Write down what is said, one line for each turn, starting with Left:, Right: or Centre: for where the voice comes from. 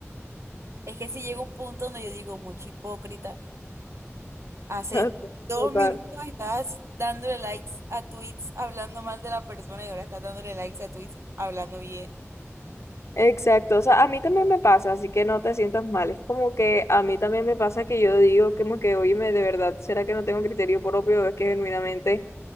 Right: Es que si llega un punto donde yo digo, mucho hipócrita, hace
Left: <laughs>
Right: dos
Left: Total.
Right: <laughs> minutos estás dándole likes a tweets hablando mal de la persona y ahora estás dándole likes a tweets hablando bien.
Left: Exacto, o sea, a mí también me pasa, así que no te sientas mal. Es como que a mí también me pasa que yo digo como que, óyeme, de verdad, ¿será que no tengo criterio propio? Es que genuinamente,